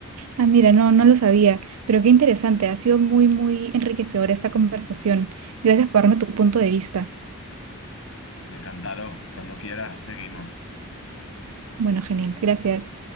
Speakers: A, on the right; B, on the left.
A: Ah, mira, no, no lo sabía, pero qué interesante. Ha sido muy, muy enriquecedora esta conversación. Gracias por darme tu punto de vista.
B: Encantado, cuando quieras, seguimos.
A: Bueno, genial. Gracias.